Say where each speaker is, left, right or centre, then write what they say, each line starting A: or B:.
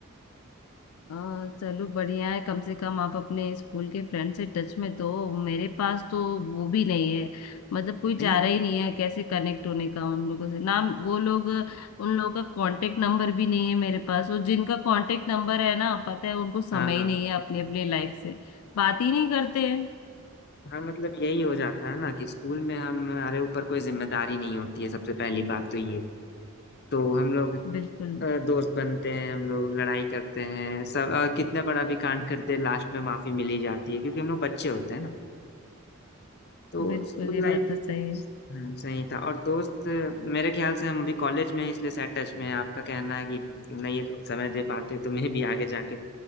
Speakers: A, on the left (about 80°); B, on the left (about 50°).
A: आ, चलो बढ़िया है कम से कम आप अपने स्कूल के फ्रेंड से टच में तो मेरे पास तो वो भी नहीं है मतलब कोई चारा
B: नहीं है
A: ही नहीं है कैसे कनेक्ट होने का उन लोगों से ना वो लोग उन लोगों का कांटेक्ट नंबर भी नहीं है मेरे पास और जिनका कांटेक्ट नंबर है ना पता है उनको समय
B: हाँ हाँ
A: ही नहीं है अपने अपने लाइफ से बात ही नहीं करते हैं
B: हाँ मतलब यही हो जाता है ना कि स्कूल में हमारे ऊपर कोई जिम्मेदारी नहीं होती है सबसे पहली बात तो ये तो हम लोग
A: बिल्कुल
B: अ, दोस्त बनते हैं हम लोग लड़ाई करते हैं सब अ, कितना बड़ा भी कांड करते हैं लास्ट में माफी मिली जाती है क्योंकि हम लोग बच्चे होते हैं तो
A: बिल्कुल
B: स्कूल
A: ये
B: लाइफ
A: बात तो सही है
B: हम्म, सही था और दोस्त मेरे ख्याल से हम अभी कॉलेज में हैं, इसलिए शायद टच में है आपका कहना है कि नहीं समय दे पाते तो मैं भी आगे जाके